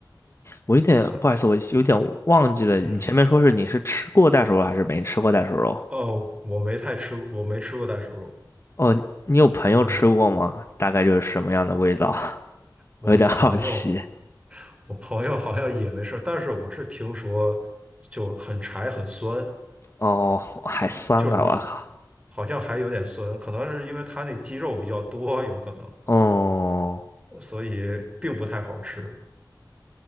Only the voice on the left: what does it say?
我有点不好意思，
我有点忘记了，你前面说是你是吃过袋鼠肉还是没吃过袋鼠肉？
哦，你有朋友吃过吗？
大概就是什么样的味道？<laughs>
我有点好奇。
哦，还酸啊，
我靠。
哦，